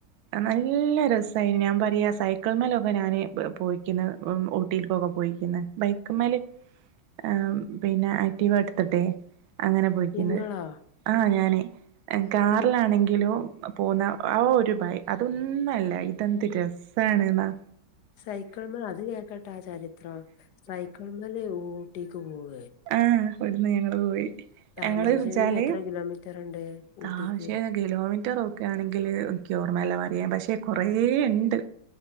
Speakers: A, on the right; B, on the left.
A: നല്ല രസയിരുന്നു ഞാൻ പറയാ സൈക്കിൾ മേലൊക്കെ ഞാന് പോയിക്കുന്നു ഊട്ടിക്കൊക്കെ പോയിക്കന്ന് ബൈക്ക മേൽ ആ പിന്നെ ആക്റ്റീവാ എടുത്തിട്ടെ അങ്ങനെ പോയിക്കുന്നത്
B: ഇങ്ങളോ
A: ആ ഞാനേ കാറിലാണെങ്കിലോ
B: ഇ
A: പോന്ന ആ ഒരു ഭൈ അതൊന്നുംല്ല ഇതെന്ത് രസണ് എന്നാ
B: സൈക്കിൾ മേൽ അത് ഞാൻ കേട്ടാ <unintelligible> സൈക്കിൾ മേല് ഊട്ടിക്ക് പോവ
A: ആ ഇവിടുന്ന് ഞങ്ങള് പോയി
B: താമരശ്ശേരിന്ന്
A: ഞങ്ങള് ചാലയും
B: എത്ര കിലോമീറ്റർ ഉണ്ട്
A: താശ്യേ
B: ഊട്ടിക്ക്
A: കിലോമീറ്റർ ഒക്കെ ആണെങ്കിൽ എക്ക് ർമ്മയല്ല പറയാൻ പക്ഷെ <unintelligible> കൊറേ ഇണ്ട്